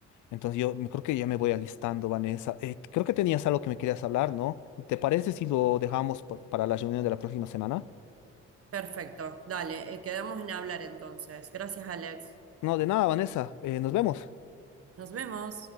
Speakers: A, on the left; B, on the right.
A: entonces yo me- creo que ya me voy alistando, Vanessa. Eh, creo que tenías algo que me querías hablar, ¿no? ¿Te parece si lo dejamos pa- para la reunión de la próxima semana?
B: perfecto. Dale, eh, quedamos en hablar entonces. Gracias, Alex.
A: No, de nada, Vanessa, eh, nos vemos.
B: Nos vemos.